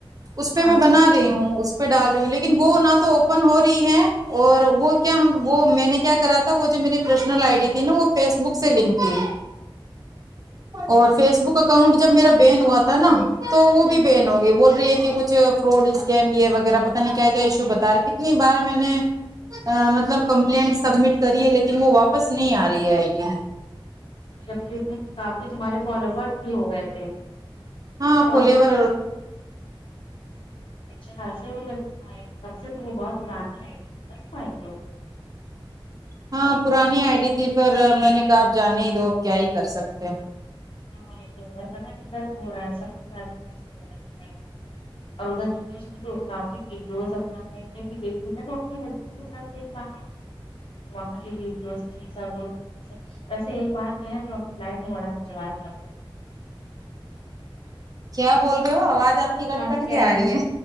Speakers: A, on the right (about 40°); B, on the left (about 75°).
A: اس پہ
B: ہاں
A: میں بنا
B: تم
A: رہی ہوں اس پہ ڈال رہی ہوں لیکن وہ نہ تو اوپن ہو رہی ہے اور وہ کیا
B: ہوں
A: وہ میں نے کیا کرا تھا وہ جو میرے پروفیشنل آئی ڈی تھی نا وہ فیس بک سے لنک تھی اور فیس بک بک اکاؤنٹ جب میرا بین ہوا تھا نا تو وہ بھی بین
B: ہوں
A: ہو گی بول رہی ہے کہ کچھ کوڈ اسکم یہ وغیرہ پتہ نہیں کیا کیا ایشو بتا رہے کتنی بار میں نے مطلب کمپلینٹ سبمٹ کری ہے لیکن وہ واپس نہیں آ رہی ہے آئی ٹی
B: جب کہ اس میں کافی تمہارے فالوورس بھی ہو گئے تھے
A: ہاں
B: <inaudible>
A: فلیور
B: اچھے خاصے ہوگئے تھے تمہارے تب سے تو وہ بہت پرانی آئی ڈی تھی نا تمہاری تو
A: ہاں پرانی آئی ڈی تھی پھر میں نے کہا آپ جانے ہی دو کیا ہی کر سکتے ہیں
B: ہاں ادھر ہو رہا ہے سب کے ساتھ ہو رہا ہے اور ار پردیش میں تو کافی ویڈیوز اپنا گنے بھی دیک توپ <inaudible> وہاں کے ویڈیوز سب ویسے ایک بات کہیں تو اپنے لائف میں بڑا <unintelligible>
A: کیا بول رہے ہو آواز آپ کی کٹ
B: ہم
A: کٹ
B: کہہ
A: کے
B: رہے
A: آرہی
B: ہیں
A: ہے